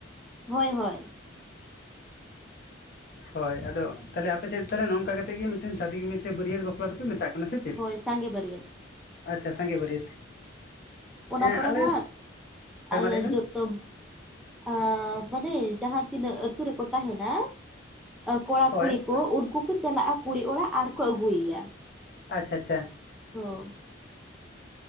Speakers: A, in the centre; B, on the left.
A: ᱦᱚᱭ ᱦᱚᱭ
B: ᱦᱳᱭ ᱟᱫᱚ ᱛᱟᱦᱚᱞᱮ ᱟᱯᱮᱥᱮᱫ ᱛᱟᱦᱚᱞᱮ ᱱᱚᱝᱠᱟ ᱠᱟᱛᱮᱜ ᱜᱮ ᱢᱤᱫᱴᱮᱱ ᱥᱟᱫᱤ ᱜᱩᱢᱤ ᱥᱮ ᱵᱟᱹᱨᱭᱟᱹᱛ ᱵᱟᱯᱞᱟ ᱫᱚᱯᱮ ᱢᱮᱛᱟᱜ ᱚᱱᱟ ᱥᱮ ᱪᱮᱫ
A: ᱦᱳᱭ ᱥᱟᱸᱜᱮ ᱵᱟᱹᱨᱭᱟᱹᱛ
B: ᱟᱪᱪᱷᱟ ᱥᱟᱸᱜᱮ ᱵᱟᱹᱨᱭᱟᱹᱛ
A: ᱚᱱᱟ
B: ᱦᱮᱸ
A: ᱯᱚᱨᱮ
B: ᱟᱞᱮ
A: ᱱᱟᱼᱦᱟᱜ
B: ᱦᱳᱭ
A: ᱟᱞᱮᱞ
B: ᱢᱟ ᱞᱟᱹᱭ ᱵᱮᱱ
A: ᱡᱚᱛᱚᱵ ᱟᱸ ᱢᱟᱱᱮ ᱡᱟᱦᱟᱸ ᱛᱤᱱᱟᱹᱜ ᱟᱹᱛᱩ ᱨᱮᱠᱚ ᱛᱟᱦᱮᱱᱟ ᱠᱚᱲᱟ
B: ᱦᱳᱭ
A: ᱠᱩᱲᱤ ᱛᱳ ᱩᱱᱠᱩᱠᱚ ᱪᱟᱞᱟᱜᱼᱟ ᱠᱩᱲᱤ ᱚᱲᱟᱜ ᱟᱨ ᱠᱚ ᱟᱹᱜᱩᱭ ᱮᱭᱟ᱾
B: ᱟᱪᱷᱟ ᱟᱪᱪᱷᱟ
A: ᱦᱚᱸ